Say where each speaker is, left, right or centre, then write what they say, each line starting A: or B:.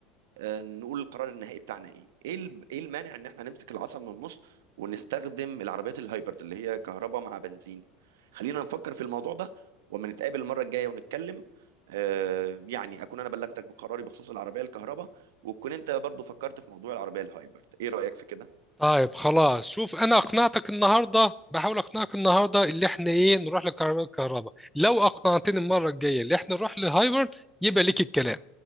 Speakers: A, on the right (about 75°); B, in the centre.
A: آه نقول القرار النهائي بتاعنا ايه ايه ال- ايه المانع ان احنا نمسك العصا من النص ونستخدم العربيات الهايبرد اللي هي كهرباء مع بنزين خلينا نفكر في الموضوع ده وما نتقابل المرة الجاية ونتكلم آه يعني اكون انا بلغتك بقراري بخصوص العربية الكهرباء وتكون انت برضو فكرت في موضوع العربية الهايبرد ايه رأيك في كده
B: طيب خلاص شوف انا اقنعتك النهارده بحاول اقنعك النهارده اللي احنا ايه نروح للكهرباء لو اقنعتني المره الجايه اللي احنا نروح لهايبر يبقى ليك الكلام